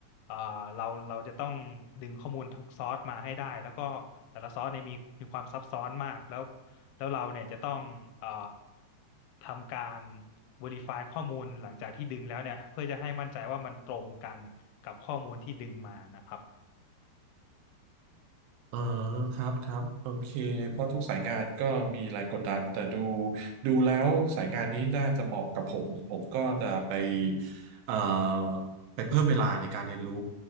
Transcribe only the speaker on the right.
อ๋อครับครับโอเคเพราะทุกสายงานก็มีแรงกดดันแต่ดูดูแล้วสายงานนี้น่าจะเหมาะกับผมผมก็จะไปเอ่อไปเพิ่มเวลาในการเรียนรู้